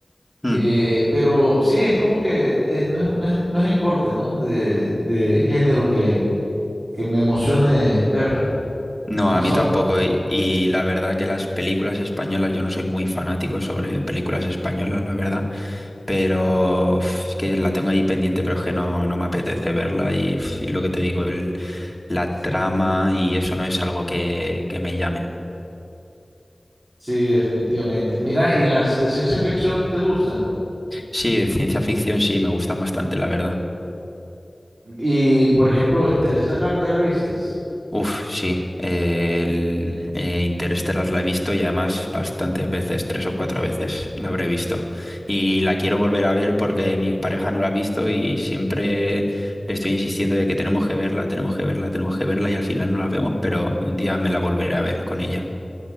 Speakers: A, in the centre; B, on the right (about 60°).
A: Hmm.
B: Eh, pero sí, es como que es, no, es, no es- no es el corte, ¿no? De, de género que, que me emocione ver.
A: No,
B: Más
A: a mí
B: o-
A: tampoco. Y, y la verdad que las películas españolas, yo no soy muy fanático sobre películas españolas, la verdad. Pero uf, es que la tengo ahí pendiente, pero es que no, no me apetece verla. Y, uf, y lo que te digo, el- la trama y eso no es algo que, que me llame.
B: sí, definitivamente. Mira, ¿y las de ciencia ficción te gustan?
A: Sí, de ciencia ficción sí, me gustan bastante, la verdad.
B: Y, por ejemplo, Interstellar, ¿ya la vistes?
A: Uf, sí. eh, el eh, Interestelar la he visto y además bastantes veces, tres o cuatro veces la habré visto. Y la quiero volver a ver porque mi pareja no la ha visto y siempre le estoy insistiendo de que tenemos que verla, tenemos que verla, tenemos que verla y al final no la vemos, pero un día me la volveré a ver con ella.